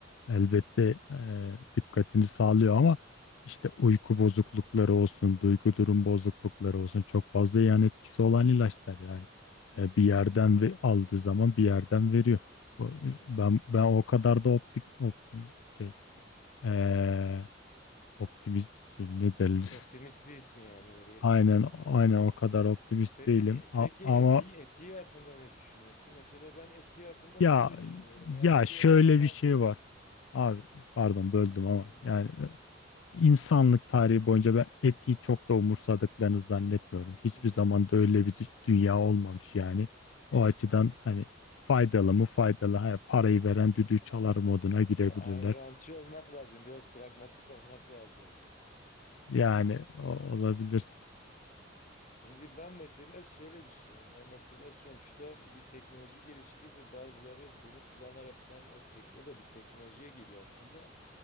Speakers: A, on the left (about 80°); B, on the left (about 40°).
A: elbette e, dikkatini sağlıyor ama işte uyku bozuklukları olsun, duygu durum bozuklukları olsun çok fazla yan etkisi olan ilaçlar yani.
B: hı
A: E,
B: hı,
A: bir yerden ve aldığı zaman bir yerden veriyor. Bu-
B: hı.
A: Ben ben o kadar da optik optimist şey e, optimist şey ne derler
B: Optimist değilsin yani öyle
A: Aynen, aynen o kadar optimist
B: Peki,
A: değilim. A-
B: peki
A: ama
B: etiği, etiği hakkında ne düşünüyorsun? Mesela ben etiği hakkında
A: ya
B: şöyle düşünüyorum. Yani
A: ya
B: diyorum
A: şöyle
B: tamam.
A: bir şey var. Abi pardon böldüm ama
B: Hı hı,
A: yani e, insanlık tarihi boyunca ben etiği çok da umursadıklarını zannetmiyorum. Hiçbir
B: hı hı.
A: zaman da öyle bir dü- dünya olmamış yani. O açıdan hani faydalı mı faydalı. Ha, parayı veren düdüğü çalar moduna
B: İşte
A: girebilirler.
B: Ayn Randçı olmak lazım. Biraz pragmatik olmak lazım.
A: Yani o- olabilir.
B: Şimdi ben mesela şöyle düşünüyorum. Yani mesela sonuçta bir teknoloji gelişti ve bazıları bunu kullanaraktan o tek o da bir teknolojiye giriyor aslında.